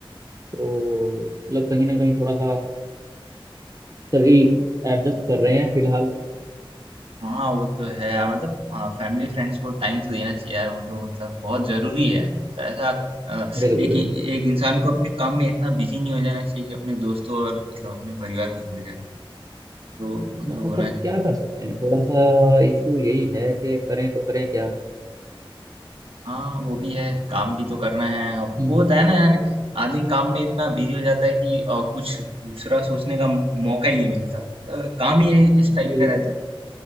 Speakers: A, on the right; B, on the right.
A: तो मतलब कहीं ना कहीं थोड़ा सा सभी एडजस्ट कर रहे हैं फिलहाल
B: हाँ, वो तो है यार मतलब फैमिली फ्रेंड्स को टाइम तो देना चाहिए यार वो तो मतलब बहुत जरूरी है मतलब ऐसा अ,
A: बिल्कुल
B: एक
A: बिल्कुल
B: एक इंसान को अपने काम में इतना बिजी नहीं हो जाना चाहिए कि अपने दोस्तों और मतलब अपने परिवार को भूल जाए तो वो
A: हाँ
B: तो होना
A: पर क्या
B: चाहिए
A: कर सकते हैं थोड़ा सा इशू यही है कि करें तो करें क्या
B: हाँ वो भी है काम भी तो करना है अब
A: हम्म
B: वो होता है ना यार आदमी काम में इतना बिजी हो जाता है कि अ, कुछ दूसरा सोचने का मौका ही नहीं मिलता अ, काम ही इस टाइप
A: बिल्कुल
B: का रहता
A: बिल्कुल
B: है